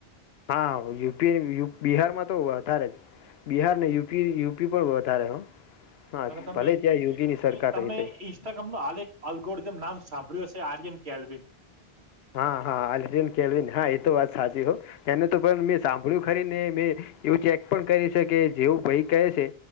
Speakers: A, on the left; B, on the right.
A: હા યુપી બિહારમાં તો વધારે જ. બિહાર ને યુપી યુપી પણ વધારે હો. હા
B: અને તમે
A: ભલે ત્યાં યોગી ની સરકાર
B: તમે
A: રહી તોય.
B: <unintelligible> નો આલેખ અલગોરીધમ નામ સાંભળ્યું હશે આર્યન કેલવીન.
A: હા હા એલ્વિન કેલ્વિન હા એ તો વાત સાચી હો એને તો પણ મેં સાં ભળ્યુ ખરીને મેં એવું ચેક પણ કરી છે કે જેવું ભાઈ કહે છે